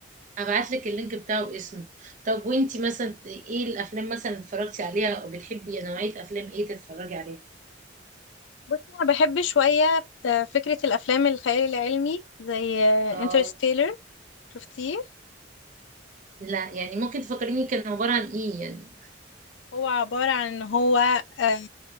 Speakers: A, on the right; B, on the left.
A: هبعتلك اللينك بتاعه باسمه طب وانتي مثلا ايه الافلام مثلا اللي اتفرجتي عليها او بتحبي نوعية افلام ايه تتفرجي عليها
B: بصي أنا بحب شوية آه، فكرة الأفلام الخيال العلمي زي
A: اه
B: انترستيلر شفتيه؟
A: لا يعني ممكن تفكريني كان عبارة عن ايه يعني
B: هو عبارة عن ان هو آه،